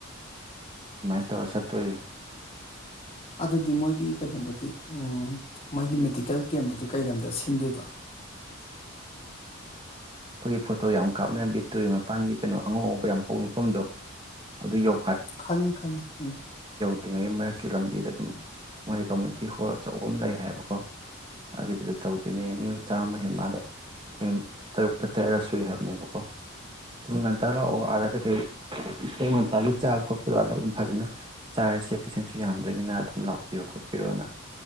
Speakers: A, on the right (about 25°); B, on the left (about 30°).
A: ꯑꯗꯨꯃꯥꯏꯅ ꯇꯧꯔ ꯆꯠꯇꯣꯔꯤ
B: ꯑꯗꯨꯗꯤ ꯃꯣꯏꯒꯤ ꯀꯩꯅꯣꯗꯗꯤ ꯎꯝ ꯃꯣꯏꯒꯤ ꯃꯦꯗꯤꯀꯦꯜ ꯀꯦꯝꯗꯨꯗꯤ ꯀꯩ ꯂꯝꯗ ꯁꯤꯟꯗꯣꯏꯕ
A: ꯀꯣꯏ ꯐꯣꯠꯇꯣ ꯌꯥꯎ ꯀꯥꯞꯅꯕꯤ ꯇꯨꯔꯦꯜ ꯃꯄꯥꯟꯒꯤ ꯀꯩꯅꯣ ꯑꯉꯧ ꯉꯧꯕ ꯌꯥꯝ ꯍꯧꯋꯤ ꯃꯐꯝꯗꯣ ꯑꯗꯨ ꯌꯧ
B: ꯈꯪꯉꯤ ꯈꯪꯉꯤ ꯎꯝ
A: ꯍꯧꯇ꯭ꯔꯤꯉꯩꯒꯤ ꯃꯔꯛꯀꯤ ꯂꯝꯕꯤꯗ ꯑꯗꯨꯝ ꯃꯣꯏ ꯀꯝꯃꯨꯅꯤꯇꯤ ꯍꯣꯜ ꯑꯆꯧꯕ ꯑꯃ ꯂꯩ ꯍꯥꯏꯕꯀꯣ ꯑꯗꯨꯗꯨꯗ ꯇꯧꯗꯣꯏꯅꯦ ꯃꯤ ꯆꯥꯝꯃ ꯍꯦꯟ ꯃꯥꯜꯂꯦ ꯑꯩꯈꯣꯏ ꯇꯔꯨꯛꯀ ꯇꯔꯦꯠꯂ ꯁꯨꯏ ꯍꯥꯏꯕꯅꯦꯕꯀꯣ ꯑꯗꯨꯝ ꯉꯟꯇꯥ ꯂꯥꯛꯑꯣ ꯑꯥꯗ ꯀꯩꯀꯩ ꯇꯌꯨꯛ ꯉꯟꯇꯥꯒꯤ ꯆꯥꯕ ꯈꯣꯠꯄꯗꯣ ꯑꯥꯗ ꯑꯗꯨꯝ ꯐꯖꯅ ꯆꯥꯔꯁꯦ ꯄꯦꯁꯦꯟꯁꯨ ꯌꯥꯝꯗꯣꯏꯅꯤꯅ ꯑꯗꯨꯝ ꯂꯥꯛꯄꯤꯔꯣ ꯈꯣꯠꯄꯤꯔꯣꯅ